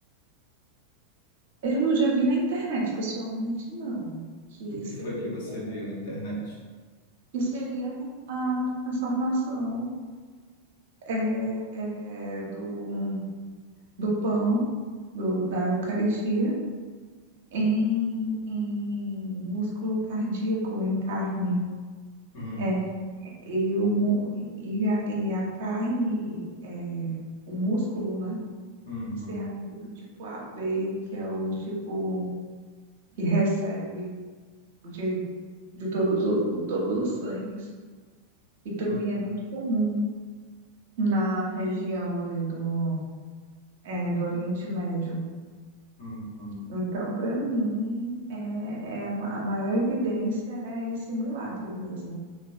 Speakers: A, on the right (about 55°); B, on the left (about 55°).
A: Eu já vi na internet, pessoalmente não, que
B: O que
A: seria
B: foi que você viu na internet?
A: que seria a, a formação é, é, do, do pão, do, da Eucaristia, em, em músculo cardíaco, em carne.
B: Hum,
A: É, e, o, mu- e, a, e a carne, é, o músculo, né?
B: uhum,
A: Ser ainda do tipo A B que é o tipo que recebe de, de todos, o, o- todos os sangues. E também
B: uhum,
A: é muito comum na região ali do É, do Oriente Médio.
B: uhum,
A: Então, para mim, é, é a ma- a maior evidência é esse milagre mesmo.